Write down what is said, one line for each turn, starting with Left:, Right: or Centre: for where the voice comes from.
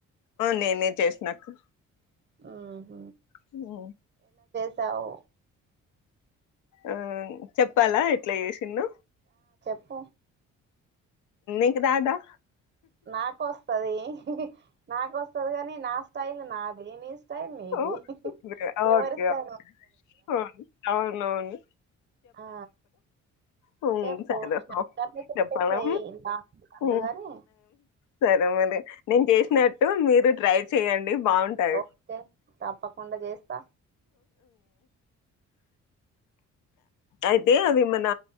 Left: నేనే చేసినకు
Right: ఆహ
Left: హు
Right: స
Left: ఆ చె పలా ఎట్లా చేసి ను
Right: ప్ప
Left: ఇకుదాదా
Right: నాకు వస్త ప్పది నాకు వస్తుది కాని నా స్టైల్ నాకు అమస్ మీది
Left: ఓహ్! ఓకే
Right: ఎవరూ
Left: ఓకే
Right: ఇస్తారు
Left: అవును. అవునవును
Right: ఆ
Left: హు
Right: చెప్పు
Left: సరే
Right: షార్ట్కట్ లో చెప్పేసేయ్
Left: చెప్పడం
Right: లాంగ్ వద్దుగాని
Left: హు సరే మరి నేను చేసిన ట్టు మీరు ట్రై చెయండి బాగుంటాయి
Right: ఓకే తప్పకుండా చేస్తా
Left: అయితే అవి మన